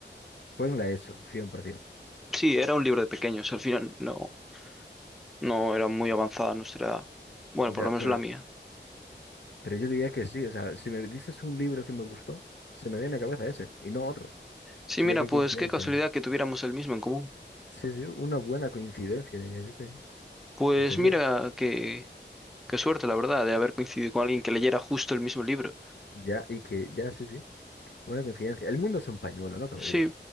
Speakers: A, on the left; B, in the centre.
A: Fue en la ESO, 100%.
B: Sí, era un libro de pequeños, al final no, no era muy avanzada nuestra edad. Bueno,
A: Ya,
B: por lo
A: pero,
B: menos la mía.
A: pero yo diría que sí. O sea, si me dices un libro que me gustó, se me viene a la cabeza ese y no otro.
B: Sí,
A: Así
B: mira,
A: que qué
B: pues
A: coincidencia.
B: qué casualidad que tuviéramos el mismo en común.
A: Sí, sí, una buena coincidencia, diría yo que,
B: Pues
A: que sería.
B: mira que... Qué suerte, la verdad, de haber coincidido con alguien que leyera justo el mismo libro.
A: Ya, y que, ya, sí, sí. Buena coincidencia. El mundo es un pañuelo, no cabe
B: Sí.
A: duda.